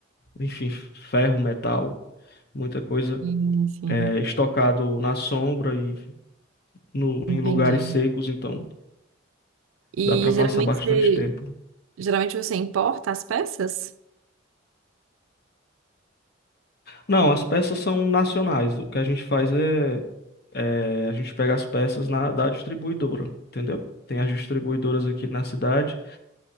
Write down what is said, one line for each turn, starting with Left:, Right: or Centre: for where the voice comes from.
Left: Enfim, ferro, metal, muita coisa
Right: sim, sim.
Left: é estocado na sombra e no,
Right: Entendi.
Left: em lugares secos, então
Right: E
Left: dá para
Right: geralmente,
Left: passar bastante
Right: você-
Left: tempo.
Right: geralmente você importa as peças?
Left: Não, as peças são nacionais. O que a gente faz é, é, a gente pega as peças na da distribuidora, entendeu? Tem as distribuidoras aqui na cidade.